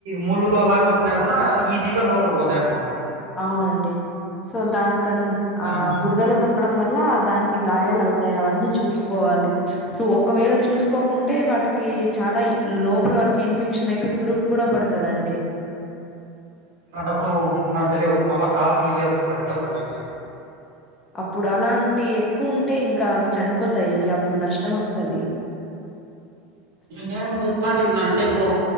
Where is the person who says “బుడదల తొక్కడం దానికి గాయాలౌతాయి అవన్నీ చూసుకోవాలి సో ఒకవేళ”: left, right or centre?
Left